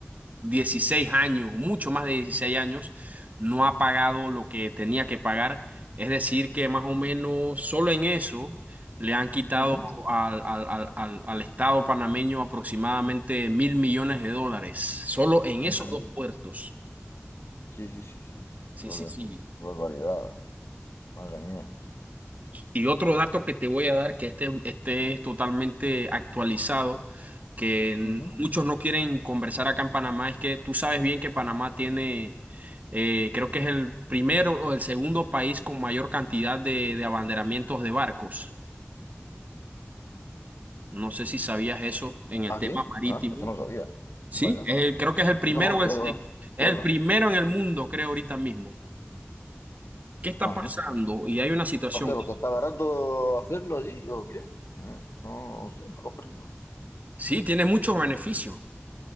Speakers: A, on the right (about 35°); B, on the left (about 75°).
A: 16 años, mucho más de 16 años, no ha pagado lo que tenía que pagar. Es decir, que más o menos solo en eso le han quitado
B: ujú.
A: al, al, al, al, al Estado panameño aproximadamente mil millones de dólares, solo en esos
B: Increíble.
A: dos puertos.
B: Sí, sí, sí, sí.
A: Sí,
B: Joder,
A: sí, sí.
B: qué barbaridad. Madre mía.
A: Y otro dato que te voy a dar, que este, este es totalmente actualizado, que n-
B: Ujú.
A: muchos no quieren conversar acá en Panamá, es que tú sabes bien que Panamá tiene, eh, creo que es el primero o el segundo país con mayor cantidad de, de abanderamientos de barcos. No sé si sabías eso en el
B: Ah,
A: tema
B: sí.
A: marítimo.
B: Ah, eso no lo sabía.
A: Sí,
B: Vaya.
A: eh, creo que es el primero,
B: No, no,
A: o
B: qué
A: el,
B: va,
A: se-
B: qué va.
A: es
B: Qué va,
A: el
B: qué va.
A: primero en el mundo, creo, ahorita mismo. ¿Qué está
B: Ajá.
A: pasando?
B: ajá.
A: Y hay una situación.
B: ¿Por qué? ¿Porque está barato hacerlo allí o qué? Eh, No sé, no comprendo.
A: Sí, tiene muchos beneficios.